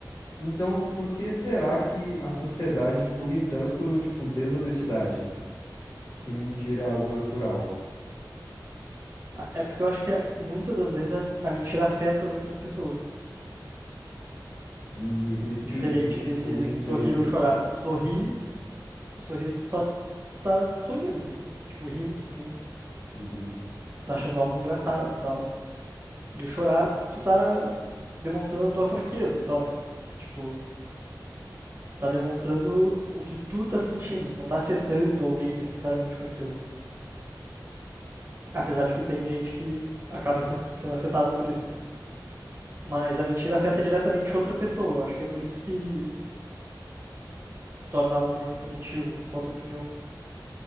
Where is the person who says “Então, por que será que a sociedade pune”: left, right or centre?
Left